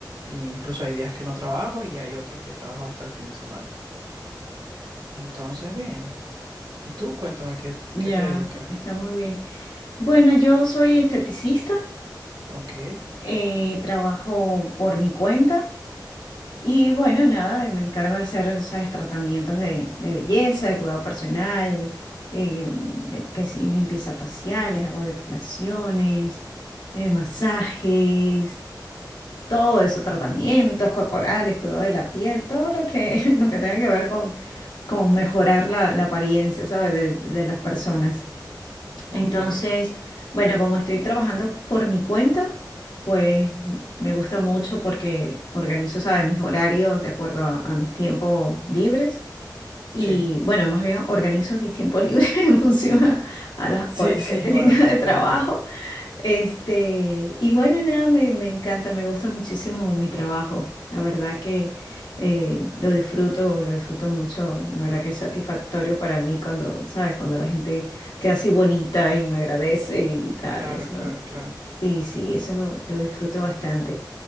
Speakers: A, on the right (about 75°); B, on the left (about 65°).
A: E incluso hay días que no trabajo y hay otros que trabajo hasta el fin de semana. Entonces, bien. ¿Y tú? Cuéntame qué,
B: Ya,
A: qué te dedicas.
B: está muy bien. Bueno, yo soy esteticista,
A: Ok,
B: eh, trabajo por mi cuenta. Y bueno, nada, y me encargo de hacer, ¿sabes? Tratamientos de, de belleza, de cuidado personal, eh, de- que si limpieza faciales, hago depilaciones, eh, masajes, todo eso, tratamientos corporales, cuidado de la piel, todo lo que, <laughs> lo que tenga que ver con, con mejorar la, la apariencia, ¿sabes? De, de las personas.
A: ok.
B: Entonces, bueno, como estoy trabajando por mi cuenta, pues me gusta mucho porque organizo, ¿sabes?, mis horarios de acuerdo a, a mis tiempos libres. Y
A: Sí.
B: bueno, más bien organizo mis tiempos libres <laughs> en función a, a las
A: Sí,
B: horas
A: sí,
B: que tenga
A: <laughs> bueno, te
B: de
A: entendí.
B: trabajo. Este, y bueno, nada, me, me encanta, me gusta muchísimo mi trabajo. La verdad que eh, lo disfruto, lo disfruto mucho. La verdad que es satisfactorio para mí cuando, ¿sabes? Cuando la gente queda así bonita y me agradece y tal.
A: Claro,
B: Eso,
A: claro, claro.
B: sí, sí, eso lo lo disfruto bastante.